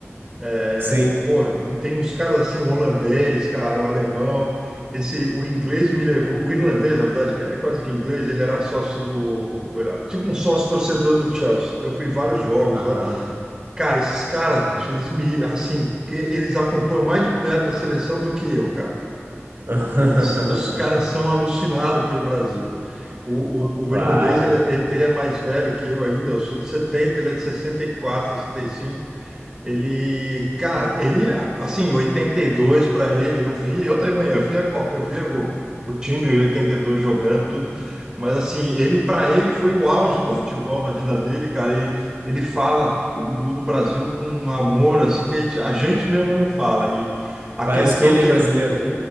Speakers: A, on the right; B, on the right.
A: é,
B: Sim.
A: porra, tem uns caras assim, um holandês, cara, um alemão. Esse, o inglês me levou, o irlandês, na verdade, que é quase que inglês, ele era sócio do, era tipo um sócio torcedor do Chelsea. Então eu fui em vários jogos
B: Aham.
A: lá. Cara, esses caras, bicho, eles me, assim, e- eles acompanham mais de perto a seleção do que eu, cara.
B: <laughs>
A: Eles, os caras são alucinados pelo Brasil. O, o,
B: Claro,
A: o irlandês, ele, é, ele ele é mais velho que eu ainda, eu sou de setenta ele é de sessenta sessenta e quatro sessenta e cinco ele, cara, ele, assim, 82 para ele, eu vi, eu também, eu vi a Copa, eu vi o, o time em 82 jogando, tudo, mas assim, ele, para ele, foi o auge do futebol na vida dele, cara, e ele fala do, do Brasil com um amor, assim, que a gente, a gente mesmo não fala, e a
B: Parece
A: questão
B: que ele
A: que
B: é brasileiro.
A: ele,
B: <laughs>